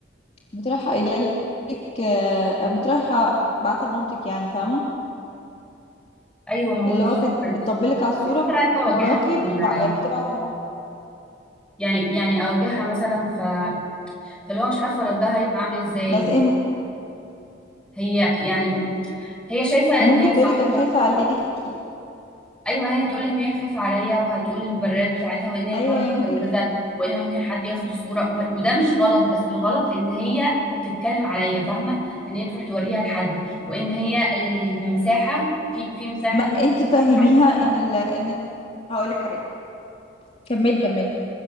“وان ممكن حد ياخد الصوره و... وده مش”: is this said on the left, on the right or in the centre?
Centre